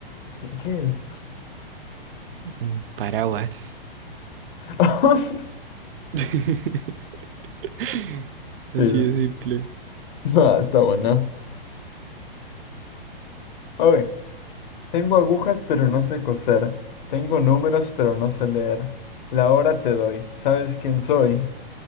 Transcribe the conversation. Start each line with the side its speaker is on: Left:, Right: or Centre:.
Left: ¿Qué, qué es?
Right: Un Paraguas.
Left: <laughs>
Right: <laughs> Así
Left: Sí,
Right: de simple.
Left: ah, está buena. Ok, Tengo agujas, pero no sé coser. Tengo números, pero no sé leer. La hora te doy. ¿Sabes quién soy?